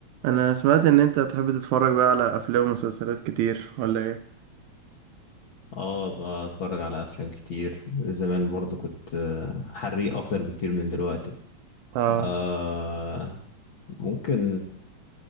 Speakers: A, on the right (about 85°); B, on the left (about 55°).
A: انا سمعت ان انت بتحب تتفرج بقى على افلام ومسلسلات كتير ولا ايه
B: اه بتفرج على افلام كتير زمان برضو كنت آه، حريق اكتر بكتير من دلوقتي
A: اه
B: آه ممكن